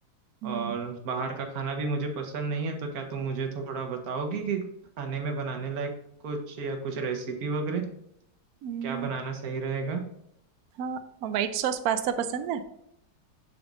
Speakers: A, on the right; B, on the right.
A: हम्म,
B: और बाहर का खाना भी मुझे पसंद नहीं है तो क्या तुम मुझे थोड़ा बताओगी कि खाने में बनाने लायक कुछ या कुछ रेसिपी वगैरह
A: हम्म,
B: क्या बनाना सही रहेगा
A: हाँ वाइट सॉस पास्ता पसंद है